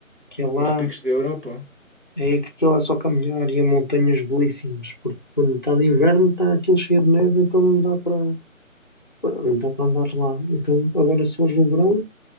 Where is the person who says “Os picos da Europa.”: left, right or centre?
Right